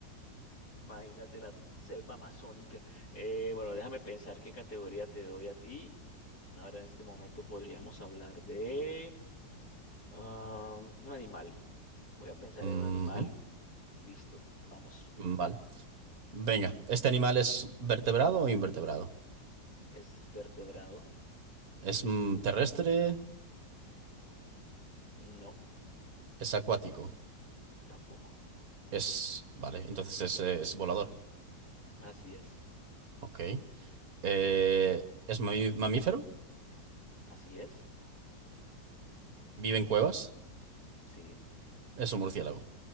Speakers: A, on the left (about 60°); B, on the right (about 55°).
A: Imagínate la selva amazónica. Eh, bueno, déjame pensar qué categoría te doy a ti. Ahora en este momento podríamos hablar de ah, un animal. Voy a pensar
B: Ujú,
A: en un animal. Listo, vamos.
B: Vale. Venga, ¿este animal es vertebrado o invertebrado?
A: ¿Es vertebrado?
B: ¿Es mm, terrestre?
A: No,
B: ¿Es acuático?
A: tampoco.
B: Es... Vale, entonces es, eh, es volador.
A: Así es.
B: Ok. Eh, ¿es mami- mamífero?
A: Así es.
B: ¿Vive en cuevas?
A: Sí.
B: Es un murciélago.